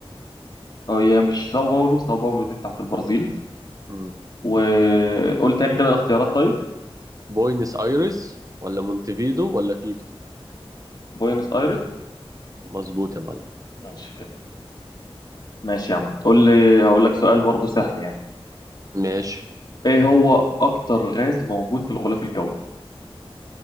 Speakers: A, on the left (about 45°); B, on the right (about 35°).
A: اه هي مش ساو باولو ساو باولو دي بتاعت البرازيل
B: مم.
A: وقول تاني كده الاختيارات طيب
B: بوينس آيرس ولا مونتيفيدو ولا كيتو
A: بوينس ايرس
B: مظبوط يا معلم
A: ماشي كده ماشي يا عم قول لي هقول لك سؤال برضه سهل يعني
B: ماشي
A: ايه هو اكتر غاز موجود في الغلاف الجوي